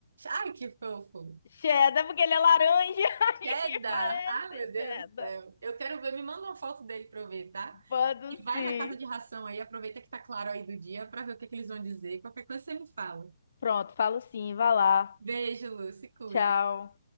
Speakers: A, on the right (about 85°); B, on the left (about 60°).
A: Ai, que fofo.
B: Cheddar, porque ele é laranja <laughs>
A: Cheddar.
B: e parece
A: Ai, meu Deus
B: cheddar.
A: do céu. Eu quero ver. Me manda uma foto dele pra eu ver, tá?
B: Mando
A: E vai
B: sim.
A: na casa de ração aí. Aproveita que tá claro aí do dia pra ver o que que eles vão dizer. Qualquer coisa você me fala.
B: Pronto, falo sim. vá lá.
A: Beijo, Lu. Se cuida.
B: Tchau.